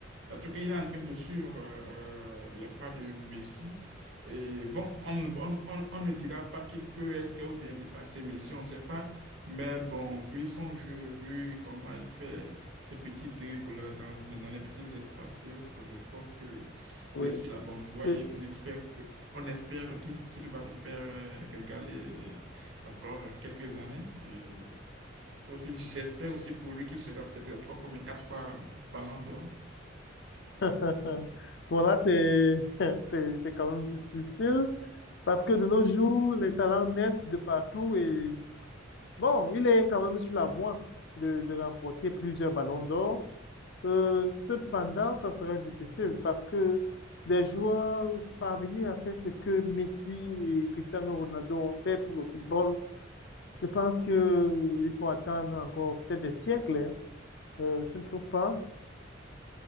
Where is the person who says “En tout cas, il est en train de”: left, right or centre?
Right